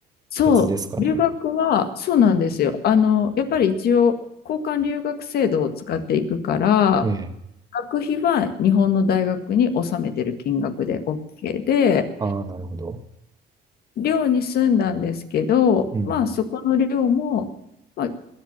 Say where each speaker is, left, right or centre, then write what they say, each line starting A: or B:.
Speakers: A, on the left (about 65°); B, on the right (about 20°).
A: そう、
B: 別ですかね。
A: 留学はそうなんですよ。あの、やっぱり一応交換留学制度を使っていくから、
B: ええ。
A: 学費は日本の大学に納めてる金額で OK で、
B: ああ、なるほど。
A: 寮に住んだんですけど、
B: うん。
A: まあそこの寮も、まあ、